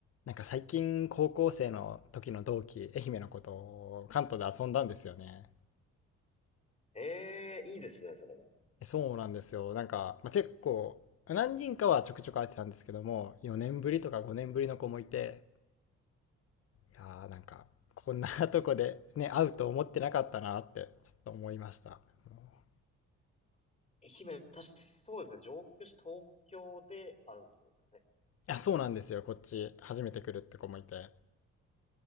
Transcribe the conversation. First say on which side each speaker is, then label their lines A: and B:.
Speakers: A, on the left; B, on the left.
A: なんか最近高校生の時の同期、愛媛の子と関東で遊んだんですよね。
B: ええいいですね、それも。
A: そうなんですよ。なんか、まあ、結構、何人かはちょくちょく会ってたんですけども、4年ぶりとか5年ぶりの子もいて、いやーなんか、こんなとこでね、会うと思ってなかったなって、ちょっと思いました。もう
B: 愛媛、確かにそうですね、上京して東京で会うってことですよね。
A: いや、そうなんですよ。こっち、初めて来るって子もいて。